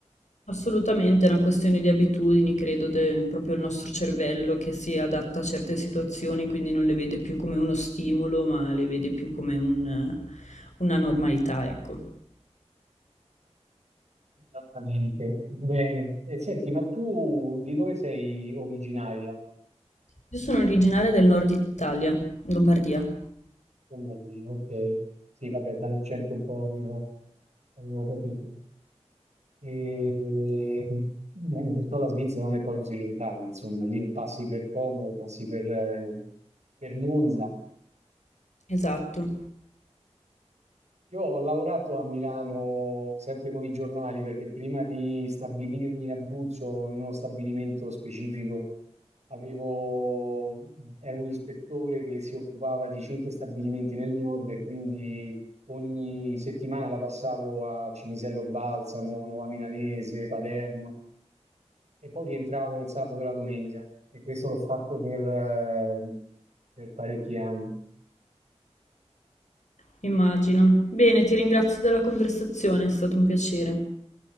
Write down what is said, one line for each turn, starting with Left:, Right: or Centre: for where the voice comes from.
Left: Assolutamente è una questione di abitudini, credo, de- proprio il nostro cervello che si adatta a certe situazioni, quindi non le vede più come uno stimolo, ma le vede più come un- una normalità, ecco.
Right: Esattamente. Bene. E senti, ma tu di dove sei originaria?
Left: Io sono originaria del nord Italia, Lombardia.
Right: Lombardia, ok. Sì, vabbè, dall'accento un po' avevo, avevo capito. E eh, perciò la Svizzera non è poi così lontana, insomma, lì passi per Como, passi per, eh, per Monza,
Left: Esatto,
Right: Io ho lavorato a Milano sempre con i giornali perché prima di stabilirmi in Abruzzo, in uno stabilimento specifico, avevo, ero un ispettore che si occupava di cinque stabilimenti nel nord e quindi ogni settimana la passavo a Cinisello Balsamo, Nuova Milanese, Paderno e poi rientravo il sabato e la domenica e questo l'ho fatto per, eh, per parecchi anni.
Left: immagino. Bene, ti ringrazio della conversazione, è stato un piacere.